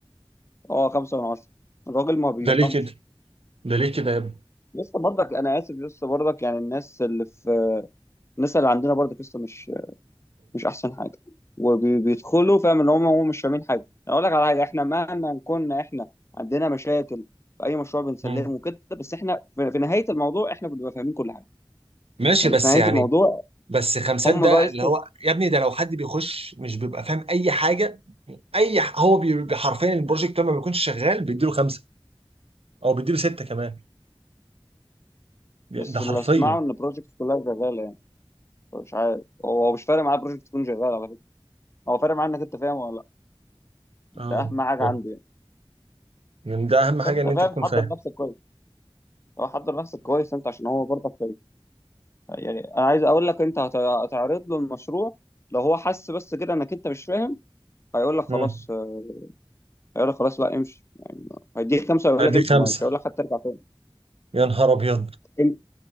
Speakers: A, on the left (about 30°); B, on the right (about 85°).
A: أه خمسة من عشرة الراجل ما بيرحمش
B: ده ليه كده ده ليه كده يا ابني
A: لسه برضك أنا آسف لسه برضك يعني الناس اللي في الناس اللي عندنا برضك لسه مش مش احسن حاجه وبيدخلوا فاهم ان هم هم مش فاهمين حاجه أنا اقول لك على حاجه احنا مهما كنا احنا عندنا مشاكل في اي مشروع بنسلمه
B: مم.
A: كده بس احنا في في نهايه الموضوع احنا بنبقى فاهمين كل حاجه
B: ماشي
A: يعني
B: بس
A: في نهايه
B: يعني
A: الموضوع
B: بس خمسات
A: هم
B: ده
A: بقى
B: اللي
A: يسطوا
B: هو يا ابني ده لو حد بيخش مش بيبقى فاهم اي حاجه اي ح- هو بي- بي- حرفيا البروجكت ده ما بيكونش شغال بيديله خمسه او بيديله سته كمان ده
A: بس
B: حرفيا
A: اللي اسمعه ان البروجكت كلها شغاله يعني مش عارف هو مش فارق معاه البروجكت تكون شغاله على فكره هو فارق معاه انك انت فاهم ولا لا
B: اه
A: ده اهم حاجه
B: اه
A: عنده يعني
B: يعني ده اهم حاجه
A: فانت
B: ان
A: فاهم
B: انت تكون
A: حضر
B: فاهم
A: نفسك كويس هو حضر نفسك كويس انت عشان هو برضك يعني انا عايز اقول لك انت هت- هتعرض له المشروع لو هو حس بس كده انك انت مش فاهم هيقول لك خلاص
B: امم
A: آه، هيقول لك خلاص لا امشي يعني هيديك خمسه ويقول
B: ادي
A: لك امشي
B: خمسة
A: مش هيقول لك حتى ارجع تاني
B: يا نهار ابيض
A: انت